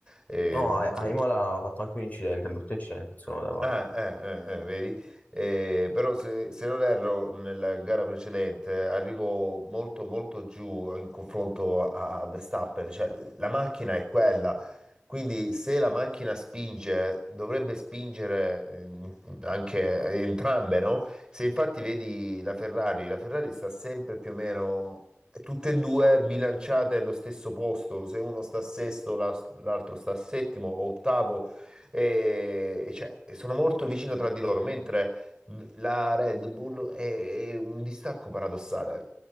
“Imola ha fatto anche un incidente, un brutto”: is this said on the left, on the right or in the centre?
Left